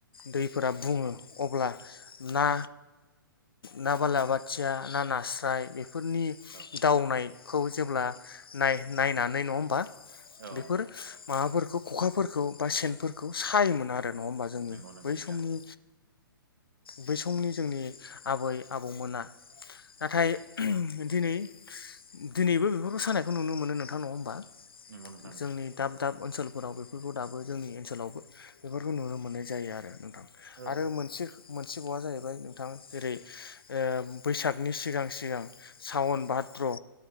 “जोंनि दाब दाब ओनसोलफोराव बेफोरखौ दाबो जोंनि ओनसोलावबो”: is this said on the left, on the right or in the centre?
Left